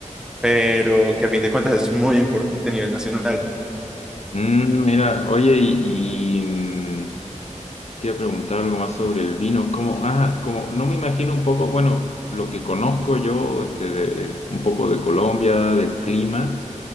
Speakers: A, in the centre; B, on the left.
A: pero que a fin de cuentas es muy importante a nivel nacional.
B: Mm, mira, oye, y, y, mm, Te iba a preguntar algo más sobre el vino. Como, ah, como, no me imagino un poco, bueno, lo que conozco yo, este, de, un poco de Colombia, del clima,